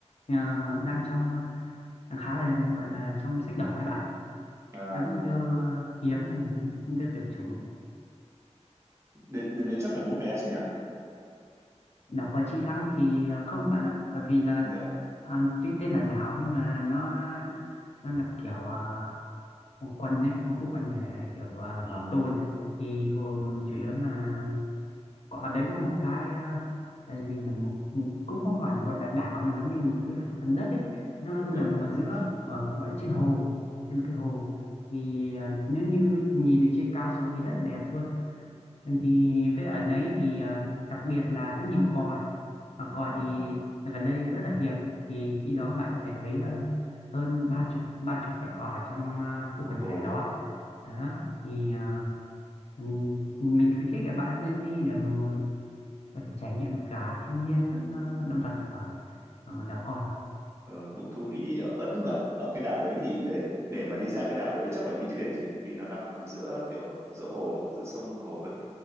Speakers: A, on the left; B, on the right.
A: ờ, đang trong ờ, đang khá là gọi là trong sách đỏ hai bạn
B: à,
A: đang có nguy cơ ờ, hiếm đang hiếm nguy cơ tuyệt chủng
B: đến, đến đấy chắc phải mua vé chứ nhỉ?
A: đảo Cò Chi Lăng thì ờ, không bạn ạ bởi vì là
B: Không được. à?
A: ờ, tuy tên là đảo nhưng mà nó nó là kiểu ờ, một quần ấy một khu quần thể kiểu ờ,
B: Ừ,
A: bảo tồn thì gồm chủ yếu là Có- ở đấy có một cái à, cái gì là một ừ, cũng không gọi gọi là đảo mà giống như là một cái phần đất ấy nó
B: gần
A: nằm
B: đất. ờ,
A: ở giữa ờ, gọi là trên hồ trên một cái hồ thì à, nếu như nhìn từ trên cao xuống thì rất là đẹp luôn Mình thì với ở đấy thì à, đặc biệt là rất nhiều cò mà cò
B: no.
A: thì gần đây rất là hiếm thì khi đó bạn có thể thấy ờ, hơn ba chục ba chục loại cò trong ờ, khu quần
B: Ồ.
A: thể đó đó thì à, mình mình khuyến khích các bạn nên đi để mà một có thể trải nghiệm được cả thiên nhiên lẫn ờ, động vật ở ờ, đảo cò
B: Ờ, cũng thú vị nhở. Ơ nhưng mà ở cái đảo đấy thì để để mà đi ra cái đảo đấy chắc phải đi thuyền chứ, vì nó nằm nằm giữa kiểu giữa hồ, à, giữa sông hồ ấy